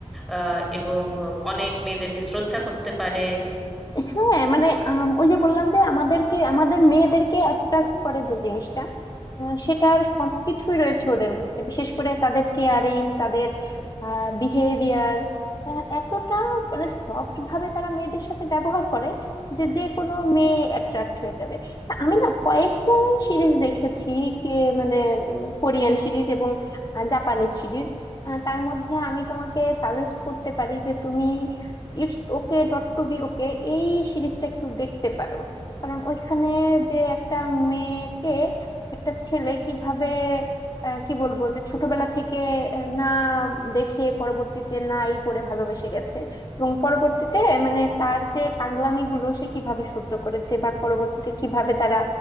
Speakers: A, in the centre; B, on the left.
A: আহ, এবং অনেক মেয়েদেরকে শ্রদ্ধা করতে পারে
B: হ্যাঁ মানে আম, ওই যে বললাম যে আমাদেরকে আমাদের মেয়েদেরকে অ্যাট্রাক্ট করে যে জিনিসটা আহ, সেটার সবকিছুই রয়েছে ওদের মধ্যে বিশেষ করে তাদের কেয়ারিং তাদের বিহেভিয়ার এতটা মানে সফট ভাবে তারা মেয়েদের সাথে ব্যবহার করে যে যে কোনো মেয়ে অ্যাট্রাক্ট হয়ে যাবে তা আমি না কয়েকটা সিরিজ দেখেছি কে মানে কোরিয়ান সিরিজ এবং জাপানিজ সিরিজ তার মধ্যে আমি তোমাকে সাজেস্ট করতে পারি যে তুমি it's okay not to be okay এই সিরিজটা একটু দেখতে পারো কারণ ওইখানে যে একটা মেয়েকে একটা ছেলে কিভাবে আহ, কি বলবো যে ছোটবেলা থেকে আহ, না দেখে পরবর্তীতে নাই করে ভালোবেসে গেছে এবং পরবর্তীতে মানে তার যে পাগলামি গুলো সে কিভাবে সহ্য করেছে বা পরবর্তীতে কিভাবে তারা